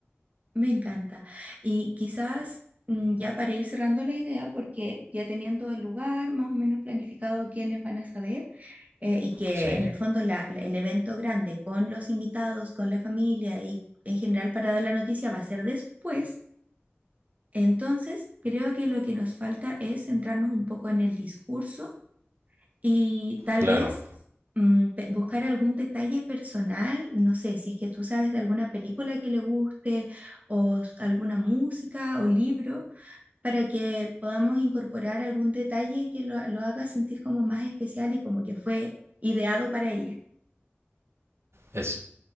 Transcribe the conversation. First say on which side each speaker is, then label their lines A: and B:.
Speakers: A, on the right; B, on the right.
A: me encanta. Y quizás mm, ya para ir cerrando la idea, porque ya teniendo el lugar, más o menos planificado quiénes van a saber. eh, y que
B: Sí,
A: en el fondo la- la- el evento grande con los invitados, con la familia y en general para dar la noticia va a ser después, entonces creo que lo que nos falta es centrarnos un poco en el discurso y tal
B: claro.
A: vez mm, pe- buscar algún detalle personal, no sé, si es que tú sabes de alguna película que le guste o s- alguna música o libro, para que podamos incorporar algún detalle que lo, lo haga sentir como más especial y como que fue ideado para ella.
B: Es,